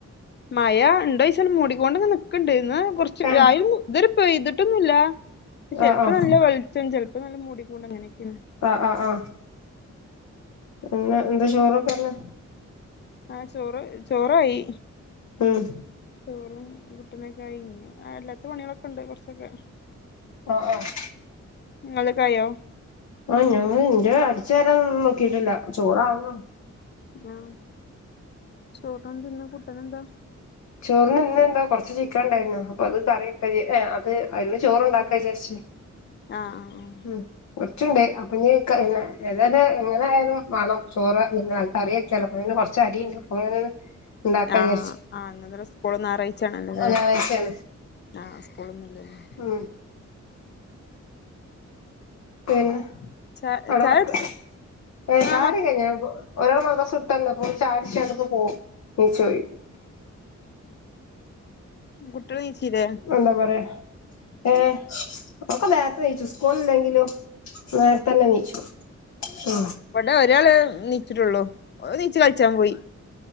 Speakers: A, on the left (about 40°); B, on the left (about 70°).
A: മഴ ഉണ്ടോ ച്ചല മ മുടികൊണ്ട നിക്കണ്ട് ഇന്ന് കുറച്ച്
B: ആഹ്
A: വ ഇതുവരെ പെയ്തിട്ടൊന്നുമില്ല ചെലപ്പോ
B: ആഹ് ആഹ്
A: നല്ല വെളിച്ചം ചെലപ്പോ നല്ല മുടികൊണ്ടും അങ്ങനെയൊക്കെയാണ്
B: ആ ആ് ആഹ പിന്നെ എന്താ ചോറൊക്കെന്നെ
A: ആഹ ചോറ് ചോറായി
B: ഉം
A: ചോറും കുട്ടനൊക്കെ ആയി അല്ലാത്ത പണികളൊക്കെ ഉണ്ട് കുറച്ചൊക്കെ
B: ആഹ് ആഹ്
A: ഇങ്ങൾക്കായോ
B: ആഹ ഞങ്ങ ന്റെ അടിച്ചു വ രാംന്നും നോക്കിട്ടില്ല ചോറാവുന്നു
A: ആഹ ചൊറിനെന്താ കൂട്ടനെന്താ
B: ചോറിന് നിന്ന എന്താ കൊറച്ച് ചിക്കൻ ഉണ്ടായിരുന്നു അപ്പൊ അത് കറിയക്കാ ഏ അത് അതിരുന്നു ചോറുണ്ടാക്കാ വി ചേച്ചേ
A: ആഹ് ആഹ്
B: ഉം കുറച്ചുണ്ട് അപ്പൊ ഇനി ഏതായാലും എങ്ങനെ ആയാലും വേണം ചോറ് നിന്നെ ആൾക്ക അറിയ ചിലപ്പോ കൊറച്ച് അരി ഉണ്ട് അപ്പെ ഉണ്ടാക്ക
A: ആഹ്
B: വിചാരിച്ച
A: ആഹ് സ്കൂള ഒന്ന് ഞാറായ്ച ആണ് ലെ
B: ഞായറാഴ്ചയാണ്
A: ആഹ് സ്കൂളൊന്നുംല്ലല്ലോ
B: ഉം പിന്നെ
A: ച
B: അവിടെ
A: ചായ
B: വക്ക് <unintelligible>
A: കുടിച്ച് ആ മ
B: ഓരാള് മദ്രസ വിട്ടാന്നപ്പോ ചായകുടിച്ച്ക്കാണ്ട് ഇപ്പം പോവും നീചോയ്
A: കുട്ട്യാള് നീച്ചീല്ലേ?
B: എന്താ പറയാ ഏഹ് ഒക്കെ നേരത്തെ നീച്ചും സ്കൂള് ഇല്ലെങ്കിലും നേര്ത്തന്നെ നീച്ചും ഉം
A: വടെ ഒരാള് നീച്ചിട്ടുള്ളൂ ഓൻ നീച്ച് കളിച്ചാൻ പോയി